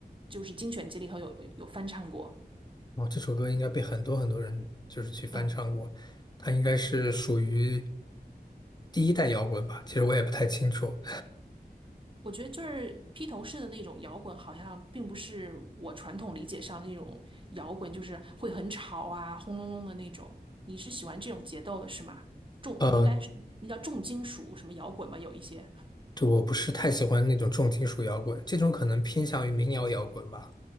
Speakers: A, on the right; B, on the left.
A: 就是精选集里头有有翻唱过。
B: 哦，这首歌应该被很多很多人就是去翻唱过，
A: 嗯。
B: 它应该是属于第一代摇滚吧，其实我也不太清楚，
A: 我觉得就是披头士的那种摇滚，好像并不是我传统理解上那种摇滚，就是会很吵啊、轰隆隆的那种。你是喜欢这种节奏的是吗？重哦，
B: 呃，
A: 应该是那叫重金属什么摇滚吗？有一些。
B: 对，我不是太喜欢那种重金属摇滚，这种可能偏向于民谣摇滚吧，